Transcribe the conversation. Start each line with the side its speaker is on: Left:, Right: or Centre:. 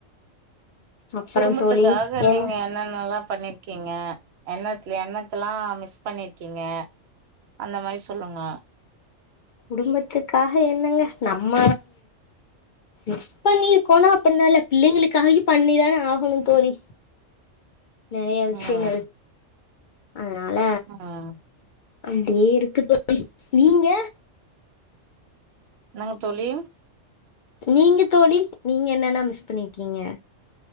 Left: அப்புறம்
Right: குடும்பத்துக்காக
Left: தோழி என்ன
Right: நீங்க என்னென்னெல்லா பண்ணிருக்கீங்க என்னத்ல என்னத்தலா மிஸ் பண்ணிருக்கீங்க அந்த மாரி சொல்லுங்க
Left: குடும்பத்துக்காக என்னங்க நம்ம மிஸ் பண்ணிருக்கோனா அப்புன்லா இல்ல பிள்ளைங்களுக்காகயு பண்ணிதானே ஆகனு தோழி நெறைய விஷயங்கள்
Right: ம்
Left: அதுனால
Right: ம்
Left: அப்டியே இருக்கு தோழி நீங்க
Right: என்னாங்க தோழி
Left: நீங்க தோழி நீங்க என்னன்னா மிஸ் பண்ணிருக்கீங்க?